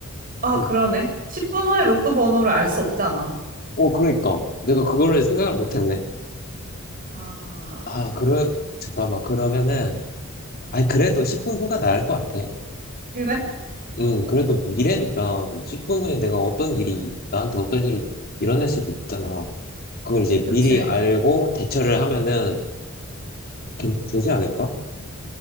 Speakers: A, on the right; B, on the left.
A: 아,
B: 응.
A: 그러네. 10분 후에 로또 번호를 알 수 없잖아.
B: 어, 그러니까. 내가 그거를 생각을 못 했네.
A: 아,
B: 아, 그러, 잠깐만. 그러면은, 아니, 그래도 10분 후가 나을 것 같아.
A: 그래?
B: 응, 그래도 미래니까 10분 후에 내가 어떤 일이 나한테 어떤 일이 일어날 수도 있잖아. 그걸 이제
A: 그치.
B: 미리 알고 대처를 하면은 괜- 되지 않을까?